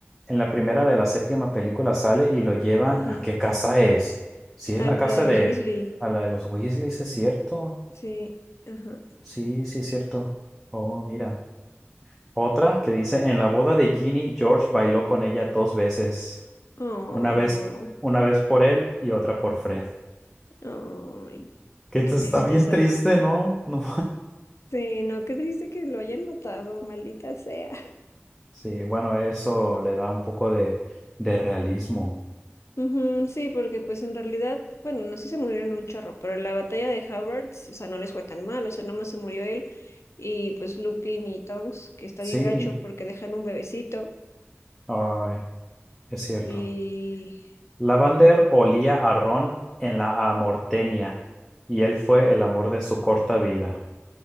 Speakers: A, in the centre; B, on the left.
A: en la primera de la séptima película sale y lo llevan
B: Ajá.
A: a qué casa es. Sí, es
B: A
A: la
B: lo
A: casa
B: de los
A: de,
B: Weasley.
A: a la de los Weasleys, ¿es cierto?
B: Sí, ajá.
A: Sí, sí, es cierto. Oh, mira. Otra que dice, en la boda de Ginny, George bailó con ella dos veces.
B: Oh,
A: Una vez, una vez por él y otra por Fred.
B: ay,
A: Que esto
B: qué
A: está
B: tristeza.
A: bien triste, ¿no? <laughs> No.
B: Sí, no, qué triste que lo hayan matado, maldita sea.
A: Sí, bueno, eso le da un poco de, de realismo.
B: Ujú, sí, porque pues en realidad, bueno, no sé si se murieron un chorro, pero en la batalla de Howards, o sea, no les fue tan mal, o sea, nomás se murió él y pues Lupin y Tonks, que está
A: Sí,
B: bien gacho porque dejan un bebecito
A: ay, es cierto.
B: y...
A: Lavander olía a Ron en la Amortenia y él fue el amor de su corta vida.